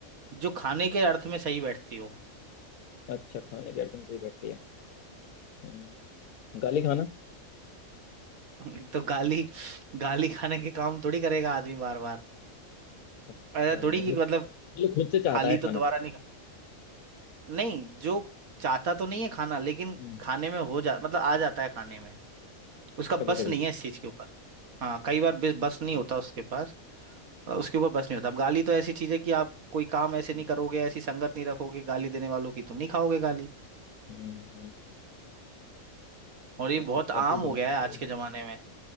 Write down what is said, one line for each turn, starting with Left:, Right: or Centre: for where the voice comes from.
Right: जो खाने के अर्थ में सही बैठती हो
Left: अच्छा खाने के आइटम से ही बैठती है हम्म, गाली खाना
Right: <laughs> तो गाली गाली खाने के काम थोड़ी करेगा आदमी बार बार
Left: अच्छा
Right: ऐसा थोड़ी
Left: मतलब
Right: कि मतलब
Left: मतलब खुद से
Right: खाली
Left: चाहता है
Right: तो
Left: खाना
Right: दोबारा नहीं खा नहीं जो चाहता तो नहीं है खाना लेकिन
Left: हम्म
Right: खाने में हो जा मतलब आ जाता है खाने में उसका
Left: कभी
Right: बस
Left: कभी
Right: नहीं है इस चीज के ऊपर हाँ कई बार बस
Left: अच्छा
Right: बस नहीं होता उसके पास उसके ऊपर बस नहीं होता अब गाली तो ऐसी चीज है कि आप कोई काम ऐसे नहीं
Left: हम्म
Right: करोगे ऐसी संगत नहीं रखोगे गाली देने वालों की तो नहीं खाओगे गाली
Left: हम्म, हम्म।
Right: और ये
Left: ऐसी
Right: बहुत
Left: क्या
Right: आम
Left: चीज
Right: हो
Left: हो
Right: गया
Left: सकती
Right: है आज
Left: है
Right: के जमाने में